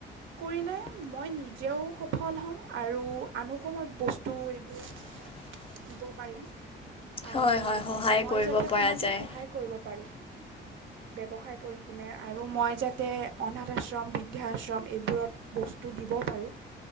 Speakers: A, on the right; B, on the left.
A: কৰিলে মই নিজেও সফল হ'ম আৰু আনকো মই বস্তু এইবোৰ
B: <inaudible>
A: দিব পাৰিম।
B: হয়
A: আৰু
B: হয় সহায়
A: মই
B: কৰিব
A: যাতে
B: পৰা
A: সমাজক
B: যায়।
A: সহায় কৰিব পাৰোঁ, ব্যৱসায় কৰি কিনে আৰু মই যাতে অনাথ আশ্ৰম, বৃদ্ধা আশ্ৰম এইবোৰত বস্তু দিব পাৰোঁ।